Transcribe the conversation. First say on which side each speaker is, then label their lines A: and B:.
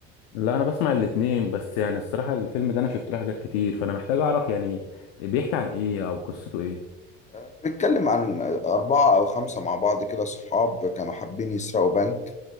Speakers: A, on the left (about 75°); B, on the left (about 25°).
A: لا انا بسمع الاتنين بس يعني الصراحه الفيلم ده انا شفت له حاجات كتير فانا محتاج اعرف يعني بيحكي عن ايه او قصته ايه
B: آه، بيتكلم عن أربعة أو خمسة مع بعض كده صحاب كانوا حابين يسرقوا بنك